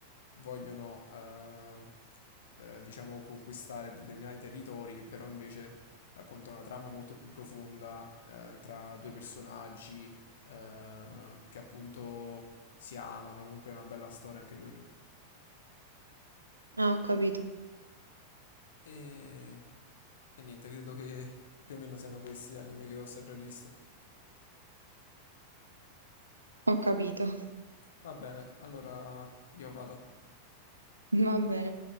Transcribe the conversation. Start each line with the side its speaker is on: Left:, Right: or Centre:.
Left: vogliono, eh, eh, diciamo, conquistare determinati territori che però invece racconta una trama molto più profonda eh, tra due personaggi eh, che appunto si amano, comunque è una bella storia anche quello.
Right: Ah, ho capito,
Left: E, e niente, credo che più o meno siano questi gli anime che ho sempre visto.
Right: ho capito. <laughs>
Left: Va bene, allora io vado.
Right: Va bene.